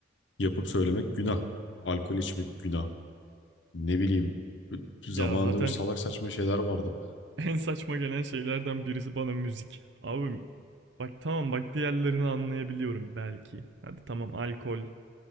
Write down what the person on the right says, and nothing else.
Ya zaten
<laughs> En saçma gelen şeylerden birisi bana müzik. Abi bak tamam bak diğerlerini anlayabiliyorum belki. Hadi tamam alkol.